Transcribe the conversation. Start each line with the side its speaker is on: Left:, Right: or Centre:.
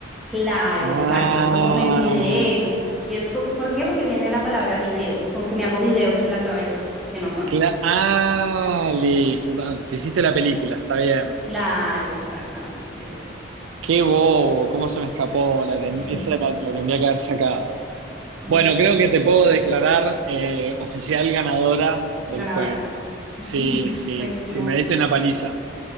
Centre: claro,
Right: Ah,
Centre: exacto, es como me envidié. Y es co- ¿por qué? Porque viene la palabra video, como que me hago videos en la cabeza, que no son.
Right: cla- ah, listo. ta- Te hiciste la película, está bien.
Centre: Claro, exactamente, es eso.
Right: Qué bobo, cómo se me escapó. La ten-
Centre: <laughs>
Right: esa la, la tendría que haber sacado.
Centre: Mm,
Right: Bueno, creo que te puedo declarar eh, oficial ganadora del
Centre: ganadora.
Right: juego. Sí,
Centre: <laughs>
Right: sí,
Centre: Buenísimo.
Right: sí, me diste una paliza.